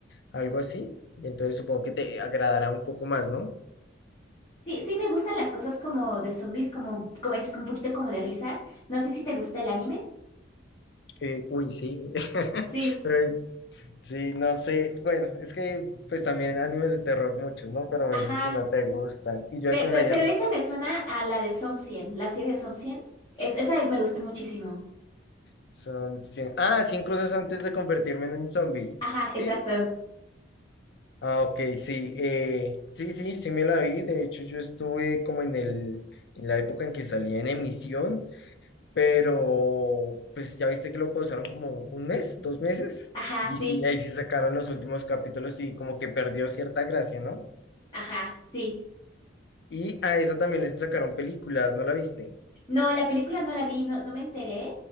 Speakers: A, on the left; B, on the left.
A: algo así. Entonces supongo que te agradará un poco más, ¿no?
B: Sí, sí me gustan las cosas como de zombies, como, como dices, con un poquito como de risa. No sé si te gusta el anime.
A: Eh, uy, sí. <laughs>
B: Sí,
A: Eh, sí, no sé. Bueno, es que pues también animes de terror muchos, ¿no? Pero me
B: ajá.
A: dices que no te gustan. Y yo
B: Pero,
A: de comedia
B: pero, pero esa me suena a la de Som 100, la serie de Som 100. Es, esa me gustó muchísimo.
A: son 100. Ah, 100 cosas antes de convertirme en un zombie.
B: Ajá,
A: ¿Sí?
B: exacto.
A: Ah, ok, sí. eh, sí, sí, sí me la vi. De hecho, yo estuve como en el, en la época en que salía en emisión, pero pues ya viste que lo pausaron como un mes, dos meses.
B: Ajá,
A: Y
B: sí.
A: sí, ahí sí sacaron los últimos capítulos y como que perdió cierta gracia, ¿no?
B: Ajá, sí.
A: Y a esa también le sacaron películas, ¿no la viste?
B: No, la película no la vi, no, no me enteré.